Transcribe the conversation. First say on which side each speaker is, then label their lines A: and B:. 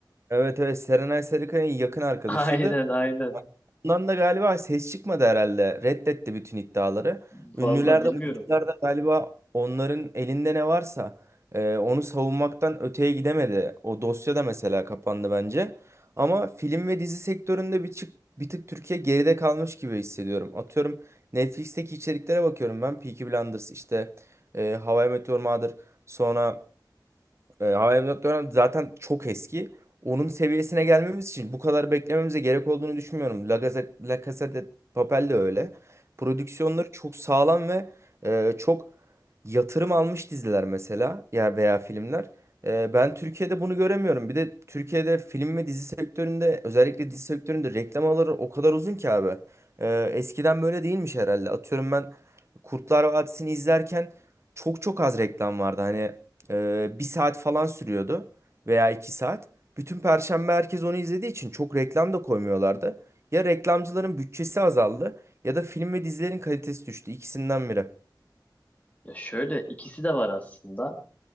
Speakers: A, on the right; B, on the left.
A: Evet evet Serenay Sarıkaya'nın yakın arkadaşıydı.
B: <laughs> Aynen aynen.
A: Bundan da galiba ses çıkmadı herhalde. Reddetti bütün iddiaları.
B: Valla
A: Ünlüler
B: bilmiyorum.
A: de oyuncular da galiba onların elinde ne varsa e, onu savunmaktan öteye gidemedi. O dosya da mesela kapandı bence. Ama film ve dizi sektöründe bir, çık, bir tık Türkiye geride kalmış gibi hissediyorum. Atıyorum Netflix'teki içeriklere bakıyorum ben. Peaky Blinders işte e, How I Met Your Mother sonra e, How I Met Your Mother zaten çok eski. Onun seviyesine gelmemiz için bu kadar beklememize gerek olduğunu düşünmüyorum. La Gaze- La Casa de Papel de öyle. Prodüksiyonları çok sağlam ve e, çok yatırım almış diziler mesela ya veya filmler. E, ben Türkiye'de bunu göremiyorum. Bir de Türkiye'de film ve dizi sektöründe özellikle dizi sektöründe reklam alırı o kadar uzun ki abi. E, eskiden böyle değilmiş herhalde. Atıyorum ben Kurtlar Vadisi'ni izlerken çok çok az reklam vardı. Hani ee, bir saat falan sürüyordu veya iki saat. Bütün Perşembe herkes onu izlediği için çok reklam da koymuyorlardı. Ya reklamcıların bütçesi azaldı ya da film ve dizilerin kalitesi düştü. İkisinden biri.
B: Ya şöyle ikisi de var aslında.